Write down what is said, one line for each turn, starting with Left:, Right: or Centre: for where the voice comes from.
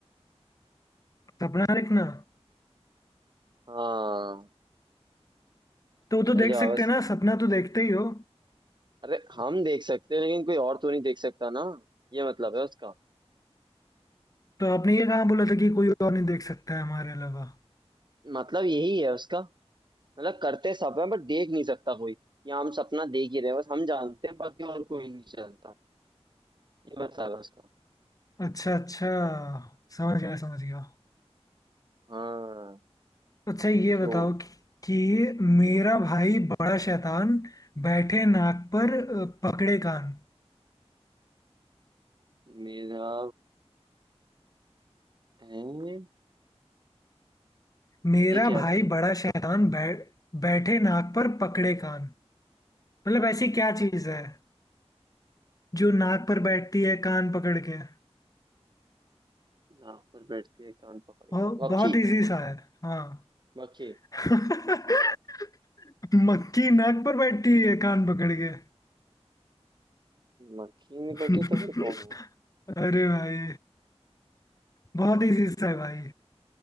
Left: सपना देखना
Right: हाँ
Left: तो वो तो
Right: सही
Left: देख
Right: जवाब
Left: सकते
Right: है।
Left: हैं ना सपना तो देखते ही हो
Right: अरे हम देख सकते हैं लेकिन कोई और तो नहीं देख सकता ना ये मतलब है उसका
Left: तो आपने ये कहाँ बोला था कि कोई और नहीं देख सकता है हमारे अलावा
Right: मतलब यही है उसका मतलब करते सब है बट देख नहीं सकता कोई ये हम सपना देख ही रहे हैं बस हम जानते हैं बाकी और कोई नहीं जानता ये बता बस का
Left: अच्छा अच्छा समझ गया समझ गया
Right: हाँ
Left: अच्छा ये बताओ
Right: यो
Left: कि, कि मेरा भाई बड़ा शैतान बैठे नाक पर अ, पकड़े कान
Right: मेरा है
Left: मेरा
Right: ये क्या
Left: भाई
Right: है भाई
Left: बड़ा शैतान बै, बैठे नाक पर पकड़े कान मतलब ऐसी क्या चीज है जो नाक पर बैठती है कान पकड़ के
Right: नाक पर बैठती है कान पकड़ के
Left: और
Right: मक्खी
Left: बहुत इजी सा है हाँ
Right: मक्खी
Left: <laughs> मक्खी नाक पर बैठती है कान पकड़ के
Right: मक्खी नहीं
Left: <laughs>
Right: बैठी तो फिर कौन हुआ
Left: अरे भाई बहुत इजी सा है भाई